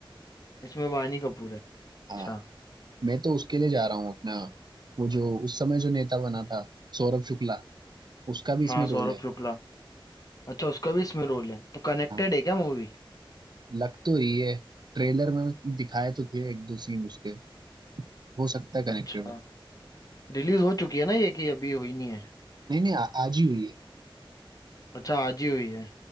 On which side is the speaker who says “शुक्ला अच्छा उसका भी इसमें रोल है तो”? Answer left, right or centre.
Left